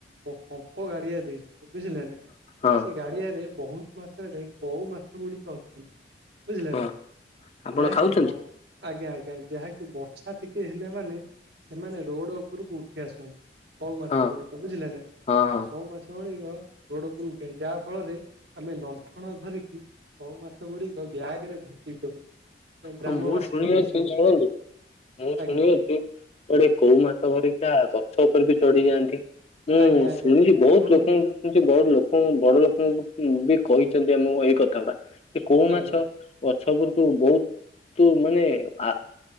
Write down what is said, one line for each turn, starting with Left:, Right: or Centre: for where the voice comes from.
Right: ପଙ୍କ୍ ପଙ୍କ ଗାଡିଆ ଦେଇଚନ୍ତି ବୁଝିଲେ ନା
Left: ହଁ
Right: ସେ ଗାଡିଆରେ ବହୁତ୍ ମାତ୍ରାରେ କଉ ମାଛ ଗୁଡିକ ଅଛନ୍ତି। ବୁଝିଲେ
Left: ହଁ
Right: ନା
Left: ଆପଣ
Right: ଯାହାକି
Left: ଖାଉଛନ୍ତି
Right: ବର୍ ଆଜ୍ଞା-ଆଜ୍ଞା, ଯାହାକି ବର୍ଷା ଟିକେ ହେଲେ ମାନେ ସେମାନେ ରୋଡ ଉପରକୁ ଉଠି ଆସନ୍ତି। କଉ ମାଛ
Left: ହଁ
Right: ଗୁଡିକ ବୁଝିଲେ ନା
Left: ହଁ ହଁ
Right: କଉ ମାଛଗୁଡିକ ରୋଡ ଉପରକୁ ଉଠିଯାଏ ଯାହା ଫଳରେ ଆମେ ଲଣ୍ଠନ ଧରିକି କଉ ମାଛଗୁଡିକ ବ୍ୟାଗରେ ଭର୍ତ୍ତି କରୁ। ଗ୍ରାମବାସୀ
Left: ହଁ ମୁଁ ଶୁଣିଅଛି
Right: ମାନେ ସମସ୍ତେ
Left: ଶୁଣନ୍ତୁ ମୁଁ ଶୁଣିଅଛି
Right: ଆଜ୍ଞା
Left: କି କୁଆଡେ କଉ ମାଛ ହରିକା ଗଛ ଉପରେ ବି ଚଢି ଯାଆନ୍ତି? ମୁଁ
Right: ଆଜ୍ଞା
Left: ଶୁଣିଚି
Right: ଆଜ୍ଞା
Left: ବହୁତ୍
Right: ଶୁଣନ୍ତୁ
Left: ଲୋକଙ୍କଠୁ। ଶୁଣିଛି ବହୁତ ଲୋକଙ୍କୁ ବଡ ଲୋକଙ୍କୁ ବି କହିଛନ୍ତି ଆମ ଏଇ କଥା ‌ପା କି କଉ
Right: ଆଜ୍ଞା
Left: ମାଛ ଗଛ ଉପରୁକୁ ବହୁ-ତୁ ମାନେ ଆ